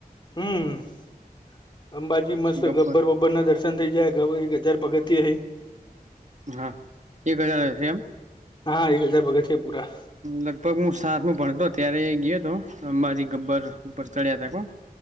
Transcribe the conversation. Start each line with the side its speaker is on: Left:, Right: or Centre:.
Left: હમ અંબાજી મસ્ત
Right: ગબ્બર
Left: ગબ્બર્બર અબર ના દર્શન થઈ જાય હજાર પગતિય હ
Right: હા એક હજાર હશે એમ
Left: હા એક હજાર પગત છે પુરા
Right: લગભગ હું સાતમું ભણતો ત્યારે ગયો હતો અંબાજી ગબ્બર ઉપર ચડ્યા હતા કો